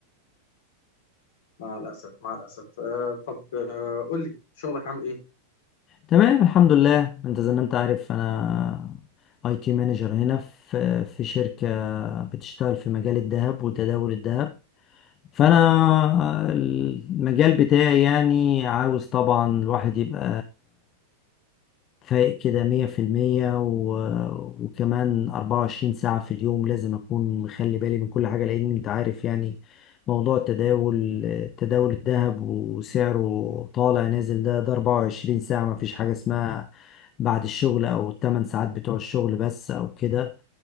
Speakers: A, on the left; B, on the left.
A: مع الأسف مع الأسف آه، طب آه، قول لي شغلك عامل إيه؟
B: تمام الحمد لله انت زي ما انت عارف انا اي تي مانجر هنا في في شركة بتشتغل في مجال الذهب وتداول الذهب فانا المجال بتاعي يعني عاوز طبعا الواحد يبقى فايق كده مية في المية و- وكمان أربعة وعشرين ساعة في اليوم لازم أكون مخلي بالي من كل حاجة لأن أنت عارف يعني موضوع التداول تداول الذهب وسعره طالع نازل ده ده أربعة وعشرين ساعة مفيش حاجة اسمها بعد الشغل أو التمن ساعات بتوع الشغل بس أو كده